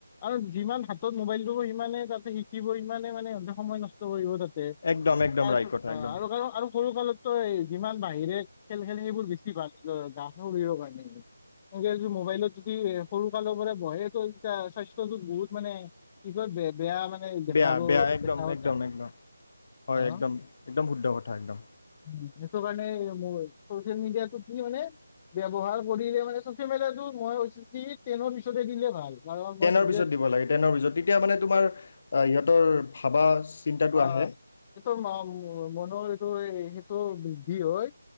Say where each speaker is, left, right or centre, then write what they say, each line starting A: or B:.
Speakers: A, on the left; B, on the left.
A: আৰু যিমান হাতত মোবাইল দিব সিমানে তাতে শিকিব ইমানে মানে সময় নষ্ট কৰিব তাত তে
B: একদম একদম
A: তাৰ
B: ৰাইট
A: পিছত
B: কথা একদম
A: আৰু আৰু সৰু কালতো যিমান বাহিৰে। খেল খেলে সেইবোৰ বেছি ভাল। গা শৰীৰৰ কাৰণে, মোবাইলত যদি সৰু কালৰ পৰা বহে তো এতিয়া স্বাস্থ্যতটো বহুত মানে বে বেয়া মানে দেখাব
B: বেয়া-বেয়া একদম-একদম-একদম
A: দেখাব যায়।
B: হয়,
A: অ'।
B: একদম-একদম শুদ্ধ কথা একদম।
A: উম, সেইটো কাৰণে মই চচিয়েল মিডিয়াটো কি মানে, ব্যৱহাৰ কৰিলে মানে চচিয়েল মিডিয়াটো মই কৈছোঁ কি টেনৰ পিছতে দিলে ভাল। কাৰণ মই
B: টেনৰ
A: নিজে
B: পিছত দিব লাগে টেনৰ পিছত তেতি মানে তোমাৰ সিহঁত ৰ ভাবা চিন্তাটো
A: অ'
B: আহে
A: এইটো মনৰ এইটোৱে টো বৃদ্ধি হয়